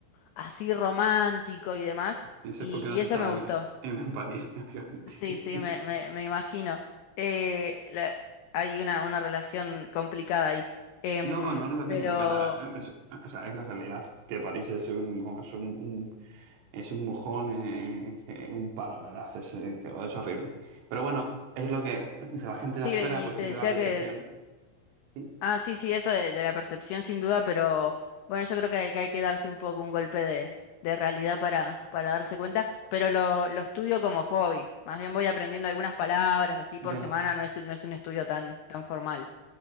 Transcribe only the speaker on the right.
Eso
es porque no
has estado
en, en París, <laughs> obviamente.
No, no relación
complicada. Es- o sea, es la realidad que París es un, es un, un- es un mojón, eh, eh, un palo, la ¿verdad? Es, eh, que- es horrible. Pero bueno, es lo que la gente
de afuera
pues
tiene
la percepción.
¿sí?
Ya.